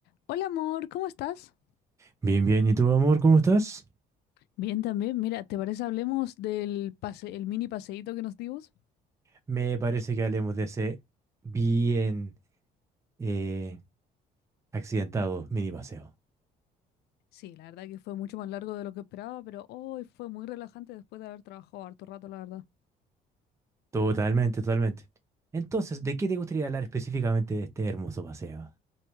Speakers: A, on the left; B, on the right.
A: Hola amor, ¿cómo estás?
B: Bien, bien. ¿Y tú, amor, cómo estás?
A: Bien, también, mira, ¿te parece hablemos del pase, el mini paseíto que nos dimos?
B: Me parece que hablemos de ese bien eh, accidentado mini paseo.
A: Sí, la verdad que fue mucho más largo de lo que esperaba, pero hoy fue muy relajante después de haber trabajado harto rato, la verdad.
B: Totalmente, totalmente. Entonces, ¿de qué te gustaría hablar específicamente de este hermoso paseo?